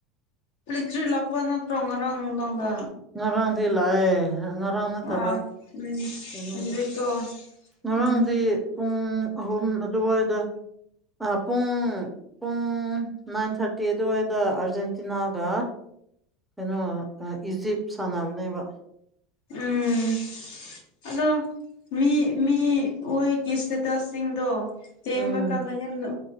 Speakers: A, on the left (about 70°); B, in the centre.
A: ꯑꯦꯂꯦꯇ꯭ꯔꯤꯛ ꯂꯥꯛꯄ ꯅꯠꯇ꯭ꯔꯣ ꯉꯔꯥꯡ ꯅꯨꯡꯗꯥꯡꯗ
B: ꯉꯔꯥꯡꯗꯤ ꯂꯥꯛꯑꯦ ꯉꯔꯥꯡ ꯅꯠꯇꯕ
A: ꯑꯥ ꯎꯝ
B: ꯀꯩꯅꯣꯗꯣ
A: ꯍꯧꯖꯤꯛꯀꯣ
B: ꯉꯔꯥꯡꯗꯤ
A: ꯎꯝ
B: ꯄꯨꯡ ꯑꯍꯨꯝ ꯑꯗꯨꯋꯥꯏꯗ ꯄꯨꯡ ꯄꯨꯡ ꯅꯥꯏꯟ ꯊꯥꯔꯇꯤ ꯑꯗꯨꯋꯥꯏꯗ ꯑꯥꯔꯖꯦꯟꯇꯤꯅꯥꯒ ꯀꯩꯅꯣ ꯏꯖꯤꯞ ꯁꯥꯟꯅꯕꯅꯦꯕ
A: ꯎꯝ ꯑꯗꯣ ꯃꯤ ꯃꯤ ꯑꯣꯢꯒꯤ ꯏꯁꯇꯦꯇꯁ ꯁꯤꯡꯗꯣ ꯌꯦꯡꯕ
B: ꯎꯝ
A: ꯀꯥꯟꯗ ꯌꯥꯝ